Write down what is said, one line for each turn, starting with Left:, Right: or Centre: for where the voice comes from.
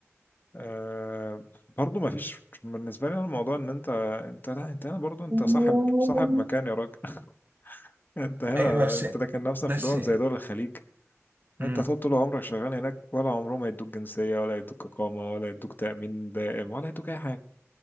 Left: أه برضه ما فيش بالنسبة لي أنا الموضوع ان انت انت لا انت هنا برضه انت
Right: اه
Left: صاحب
Right: <laughs>
Left: صاحب مكان يا راجل <laughs> انت هنا
Right: أيوة بس
Left: انت لكن مثلا
Right: بس
Left: في دول زي دول الخليج
Right: امم
Left: انت هتقعد طول عمرك شغال هناك ولا عمرهم ما يدوك جنسية ولا يدوك إقامة ولا يدوك تأمين دائم ولا يدوك أي حاجة